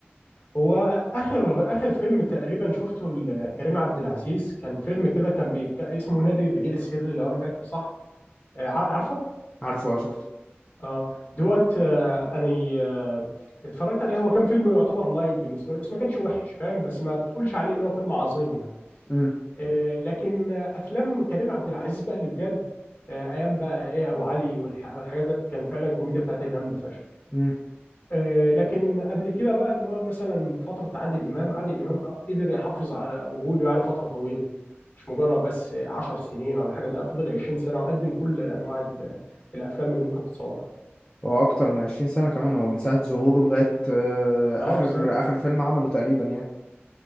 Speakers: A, on the left; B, on the left.
A: هو اخر اخر فيلم تقريبا شفته لكريم عبد العزيز كان فيلم كده كان بيك... اسمه نادي الرجال السري لو انا فاكر صح آه، ع- عارفه
B: عارفه اه شفته
A: اه دوت آه انا آه اتفرجت عليه هو كان فيلم يعتبر لايت بالنسبه له بس ما كانش وحش فاهم بس ما تقولش عليه اللي هو فيلم عظيم يعني
B: امم
A: آه لكن آه افلام كريم عبد العزيز بقى اللي بجد آه ايام بقى ايه ابو علي والح- والحاجات ديت كان فعلا الكوميديا بتاعتها جامده فشخ
B: امم
A: آه لكن قبل كده بقى اللي هو مثلا فتره عادل امام عادل امام قدر يحافظ على وجوده يعني فتره طويله مش مجرد بس 10 سنين ولا حاجه ده فضل 20 سنه وقدم كل انواع ال- الافلام اللي ممكن تتصورها
B: هو اكتر من 20 سنة كمان هو من ساعة ظهوره لغاية آه،
A: اه
B: اخر
A: بالظبط
B: اخر فيلم عمله تقريبا يعني